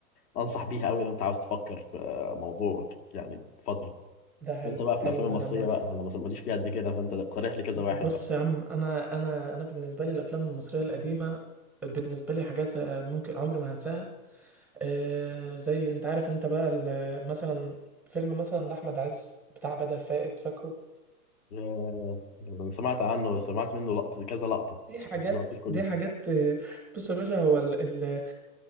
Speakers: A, on the left; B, in the centre.
A: فانصح بيها قوي لو انت عاوز تفكر في موضوع يعني فتره
B: ده حلو
A: وانت بقى في
B: حلو
A: الافلام
B: ده
A: المصريه
B: انا موافق
A: بقى انا ما- ماليش فيها قد كده فانت اقترح لي كذا
B: بص
A: واحد بقى
B: يا عم انا انا انا بالنسبه لي الافلام المصريه القديمه بالنسبه لي حاجات آه، ممكن عمري ما هنساها آه، زي انت عارف انت بقى ال- مثلا فيلم مثلا لاحمد عز بتاع بدل فائد فاكره
A: آه، انا سمعت عنه سمعت منه لقطه كذا لقطه
B: دي حاجات
A: لكن ما عرفتوش كله
B: دي حاجات آه، بص يا باشا هو ال ال